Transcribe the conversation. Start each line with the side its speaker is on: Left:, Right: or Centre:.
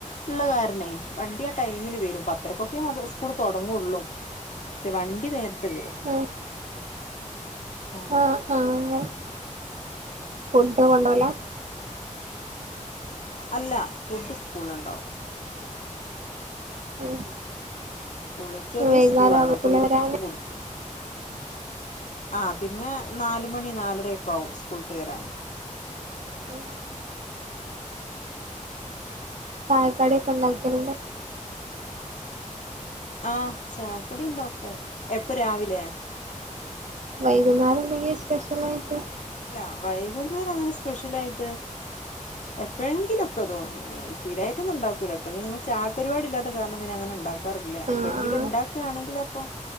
Left: ഉള്ള കാരണേ വണ്ടി ആ ടൈമിന് വരും പത്തരക്കൊക്കെ മദ്ര സ്കൂള് തുടങ്ങുള്ളൂ പക്ഷെ വണ്ടി നേർത്ത് വരും
Right: ഉം
Left: ആ
Right: ആഹ് ആ ഫുഡ് കൊണ്ടോലാ
Left: അല്ല ഫുഡ് സ്കൂള്ല്ണ്ടാവും.
Right: ഉം
Left: സ്കൂള് ചെറിയ
Right: വൈകുന്നേരം
Left: സ്കൂളാണ്
Right: ആവൂലേ
Left: അപ്പൊ അവര്
Right: വരാന്
Left: ഫുഡ് കൊടുക്കും.
Right: <inaudible>
Left: ആ പിന്നെ നാല് മണി നാലരയക്കെ ആവും സ്കൂളിട്ട് വരാന്
Right: ഉം ചായക്കടി ഒക്കെ ഉണ്ടാക്കലണ്ട്
Left: ഉം ആഹ ചക്കടി ഉണ്ടാക്കും എപ്പ രാവിലെ
Right: വൈകുന്നേരം എന്തെങ്കും സ്പെഷ്യൽ ആയിട്ട്
Left: ഇല്ല വൈകുന്നേരം അങ്ങനെ സ്പെഷ്യല ആയിട്ട് എപ്പോഴങ്കിലുംക്കെതോ സ്ഥരട്ടൊന്ന ഉണ്ടാക്കൂലോ എപ്പോിലും ചാായപരിപാടി ഇല്ലാത്ത കാരണം പിെ അങ്ങനെ ഉണ്ടാക്ക ില്ല
Right: ആഹ്
Left: ഇപ്പ എങ്കിലും
Right: ആഹ്
Left: ഉണ്ടാക്കയാണെങ്കിൽ അപ്പൊ